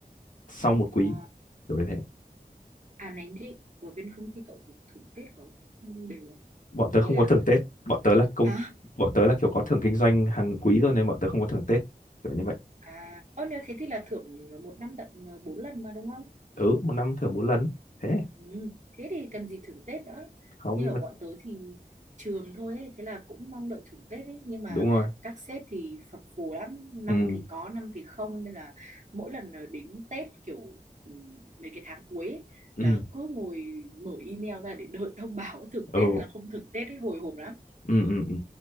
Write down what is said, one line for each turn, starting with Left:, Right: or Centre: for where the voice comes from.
Left: sau một
Right: Wow.
Left: quý kiểu như thế
Right: À này thế ở bên công ty cậu thưởng, thưởng Tết có đều không?
Left: bọn tớ
Right: Ý
Left: không
Right: là
Left: có thưởng Tết bọn tớ là công
Right: hả?
Left: bọn tớ là kiểu có thưởng kinh doanh hàng quý rồi nên bọn tớ không có thưởng Tết kiểu như vậy
Right: À, ơ nếu thế thì là thưởng một năm tận ờ, bốn lần mà đúng không?
Left: ừ một năm thưởng bốn lần thế
Right: Ừ, thế thì cần gì thưởng Tết nữa.
Left: không
Right: Như
Left: nhưng
Right: ở
Left: mà
Right: bọn tớ thì trường thôi ấy, thế là cũng mong đợi thưởng Tết ấy, nhưng mà
Left: đúng rồi
Right: các sếp thì phập phù lắm, năm
Left: ừ
Right: thì có, năm thì không nên là mỗi lần ờ, đến Tết kiểu ừ, mấy cái tháng cuối ấy,
Left: ừ
Right: là cứ ngồi mở email ra để đợi thông báo <laughs> thưởng
Left: ừ
Right: Tết hay là không thưởng Tết ấy hồi hộp lắm.
Left: ừ ừ, ừ.